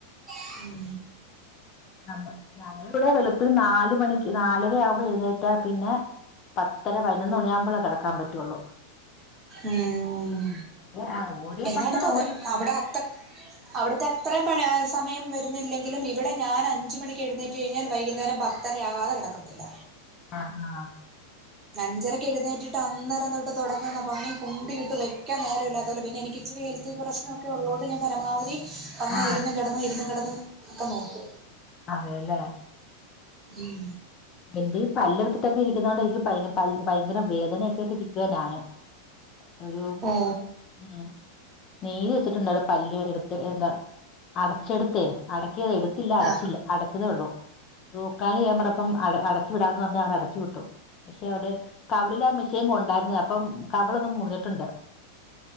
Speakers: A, on the right; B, on the left.
A: ഉം
B: നമ്മ ഞങ്ങള് ഇവടെ വെളുപ്പിന് നാല് മണിക്ക് നാലര ആകുമ്പോ എഴുന്നേറ്റ പിന്നെ പത്തര പതിനൊന്ന് മണിയാമ്പളാ കെടക്കാ പറ്റുള്ളൂ
A: ഉം
B: ഓരോ ആ ഓരോ
A: എല്ലാടത്തും
B: പണിന്നറഞ്ഞാ
A: അതെ
B: ഓരോ പണി
A: അവിടെ അത്ത അവിടുത്തെ അത്രയും പണി സമയം വരുന്നില്ലെങ്കിലും ഇവിടെ ഞാൻ അഞ്ച് മണിക്ക് എഴുന്നേറ്റ് കഴിഞ്ഞാൽ വൈകുന്നേരം പ ത്തരയാകാതെ കടക്കത്തില്ല
B: ആഹ് ഹാ
A: അഞ്ചരക്ക് എഴുന്നേറ്റിട്ട് അന്നേരം തൊട്ട് തുടങ്ങുന്ന പണി കുന്തിയിട്ട് വയ്ക്കാൻ നേര ഇല്ലാതോലെ പിന്നെ എനിക്കിച്ചിരി ഹെൽത്ത് പ്രശ്നൊക്കെള്ളൂണ്ട് ഞാൻ പരമാവധി വന്ന്
B: ആ
A: ഇരുന്ന് കെടന്ന് ഇരുന്ന് കെടന്ന് ഒക്കെ നോക്കും
B: അതെല്ലേ
A: ഉം
B: എന്റെ പല്ലട്ത്തിട്ടൊക്കെ ഇരിക്കുന്നോണ്ട് എനിക്ക്പയ് പല്ല് ഭയങ്കര വേദനയക്കൊയിട്ട് ഇരിക്ക ഞാനും ഒരു
A: ഓ
B: ഉം നീര് വെച്ചിട്ടുണ്ട് അവിടെ പല്ല് വേ എടുത്ത് എന്താ അടച്ചെടുത്തേ അടക്കിത് എടുത്തില്ല അടച്ചില്ല
A: ആഹ്
B: അടച്ചതേ ഉള്ളൂ റൂക്കാലിയ്യാപറപ്പം അട അടച്ചു വിടാന്ന് പറഞ്ഞാ അവരടച്ചു വിട്ടു പക്ഷെ അവിടെ കവ്ളിലാ മിഷെൻ കൊണ്ടായരുന്നേ അപ്പം കവളൊന്നും മുറിഞ്ഞിട്ടുണ്ട്